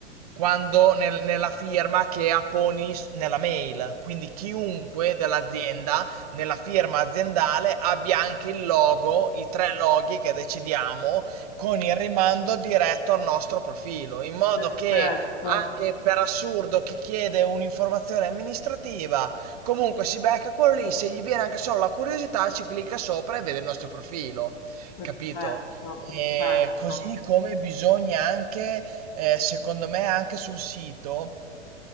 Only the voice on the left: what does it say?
perfetto,
perfetto,
perfetto,